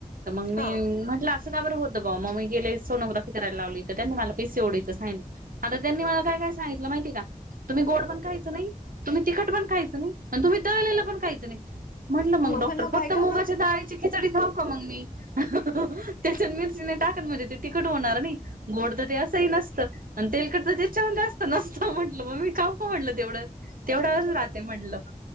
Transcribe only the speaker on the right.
त मग मी
म्हटलं अस काबरं होतं बा. म मी गेले सोनोग्राफी करायला लावली. त त्यांनी मला पेसेओडीच सांगि आता त्यांनी मला काय काय सांगितलं माहिती का तुम्ही गोड पण खायचं नाही तुम्ही तिखट पण खायचं नाही आणि तुम्ही तळलेलं पण खायं नाही. म्हटलं मग डॉक्टर
फक्त
मुगाच्या डळीची खिचडी खाऊ का मग मी. त्याच्यात मिरची नाही टाकत म्हणजे ते तिखट होणार नाही. गोड तर ते असंही नसतं आणि तेलकडच ते छन जास्त नसतं म्हटलं मग मी खऊ. म्हणलं तेवढं तेवढ्यावरच राहते म्हणलं